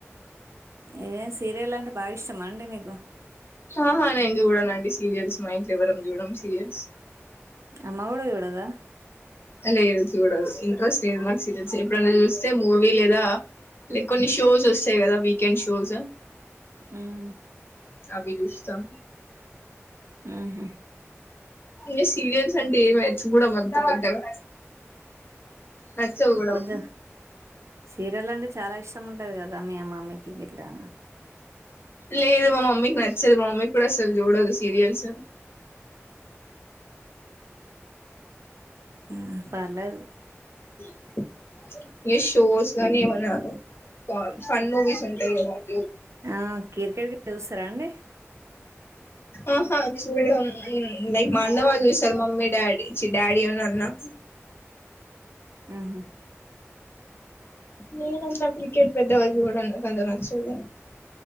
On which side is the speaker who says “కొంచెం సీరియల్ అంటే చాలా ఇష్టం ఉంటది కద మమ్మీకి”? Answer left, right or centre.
Right